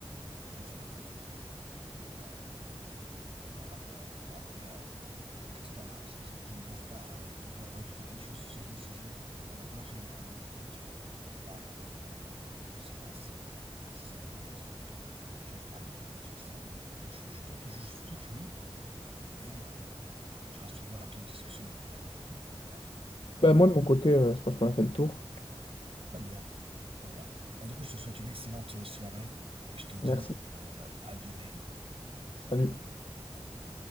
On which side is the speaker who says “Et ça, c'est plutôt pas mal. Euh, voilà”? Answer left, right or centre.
Right